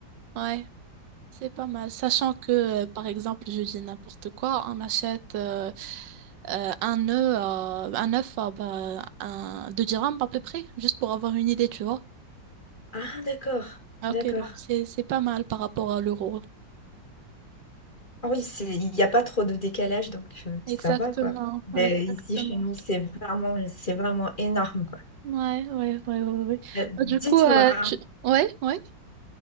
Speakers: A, on the right; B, on the left.
A: Ouais. C'est pas mal, sachant que, euh, par exemple, je dis n'importe quoi, on achète euh, euh, un œuf à, un œuf à bah, un, 2 dirhams à peu près, juste pour avoir une idée, tu vois.
B: Ah, d'accord.
A: Ah,
B: D'accord.
A: Ok, donc c'est c'est pas mal par rapport à l'euro.
B: Oui, c'est, il n'y a pas trop de décalage, donc euh, ça
A: Exactement,
B: va, quoi. Mais
A: ouais, exactement.
B: ici, chez nous, c'est vraiment, c'est vraiment énorme, quoi.
A: Ouais, ouais, ouais, ouais, ouais.
B: Euh, dites-moi,
A: Bah, Du coup, euh, tu... ouais, ouais,